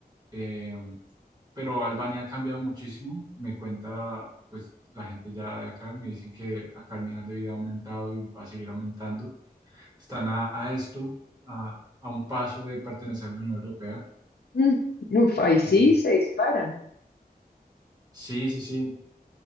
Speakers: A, on the right; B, on the left.
A: eh, pero Albania ha cambiado muchísimo. Me cuenta, pues la gente ya de acá me dicen que acá el nivel de vida ha aumentado y va a seguir aumentando están a, a esto, a, a un paso de pertenecer a la Unión Europea.
B: Mm, Uf, ahí sí
A: Y-
B: se disparan,
A: Sí, sí, sí, eh,